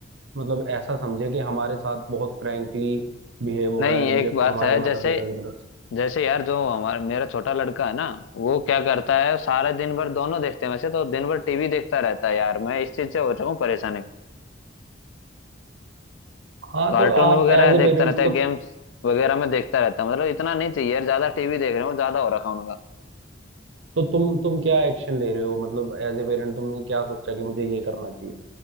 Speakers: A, on the right; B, on the left.
A: मतलब ऐसा समझे कि हमारे साथ बहुत फ्रैंकली बिहेव हो
B: नहीं
A: रहा है
B: एक
A: मेरे
B: बात
A: हमारे
B: है
A: माता
B: जैसे
A: पिता की तरफ से
B: जैसे यार जो हमारा मेरा छोटा लड़का है ना वो क्या करता है सारे दिन भर दोनों देखते हैं वैसे तो दिन भर टीवी देखता रहता है यार मैं इस चीज से हो चुका हूँ परेशान
A: हाँ
B: कार्टून
A: तो आप
B: वगैरह
A: एज ए
B: देखता
A: पेरेंट्स
B: रहता है
A: तो
B: गेम्स वगैरह में देखता रहता है मतलब इतना नहीं चाहिए यार ज्यादा टीवी देख रहे हो ज्यादा हो रखा है उनका
A: तो तुम तुम क्या एक्शन ले रहे हो मतलब एज ए पेरेंट तुमने क्या सोचा कि मुझे ये करना चाहिए